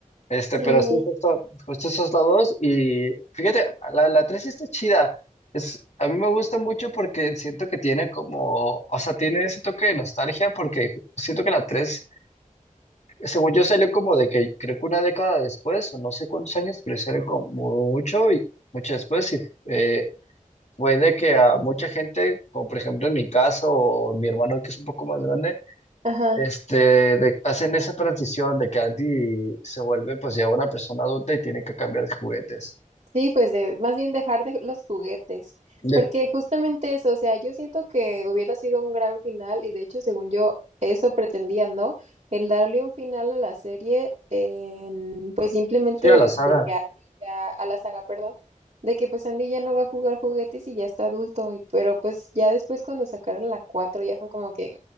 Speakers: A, on the left; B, on the right.
A: Este,
B: Sí,
A: pero sí, justo, justo esos lados. Y fíjate, la, la 3 sí está chida. Es, a mí me gusta mucho porque siento que tiene como, o sea, tiene ese toque de nostalgia porque siento que la 3 según yo, salió como de que creo que una década después, o no sé cuántos años, pero salió como mucho y mucho después. Y eh, fue de que a mucha gente, como por ejemplo en mi caso, o mi hermano que es un poco más grande,
B: ajá.
A: este, de- hacen esa transición de que Andy se vuelve pues ya una persona adulta y tiene que cambiar de juguetes.
B: Sí, pues de, más bien dejar de los juguetes,
A: De,
B: porque justamente eso, o sea, yo siento que hubiera sido un gran final y de hecho, según yo, eso pretendían, ¿no? El darle un final a la serie, en, pues simplemente
A: sí, a la saga.
B: de que Andy ya, a la saga, perdón, de que pues Andy ya no va a jugar juguetes y ya está adulto, y, pero pues ya después cuando sacaron la 4 ya fue como que...